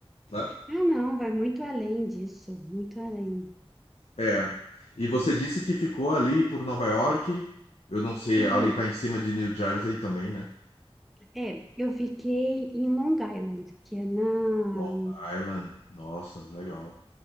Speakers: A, on the left; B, in the centre.
A: né?
B: Ah, não, vai muito além disso, muito além.
A: É. E você disse que ficou ali por Nova York, eu não sei,
B: Fiquei,
A: ali tá em cima de New Jersey também, né?
B: é, eu fiquei em Long Island, que é na
A: Long Island, nossa, legal.